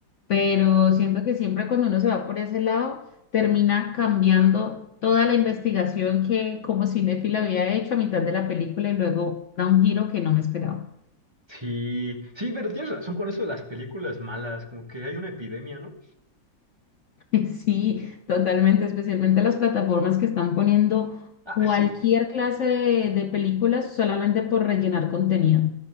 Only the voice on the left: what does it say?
pero siento que siempre cuando uno se va por ese lado, termina cambiando toda la investigación que como cinéfila había hecho a mitad de la película y luego da un giro que no me esperaba.
<laughs> Sí, totalmente, especialmente las plataformas que están poniendo
cualquier
clase de, de películas solamente por rellenar contenido.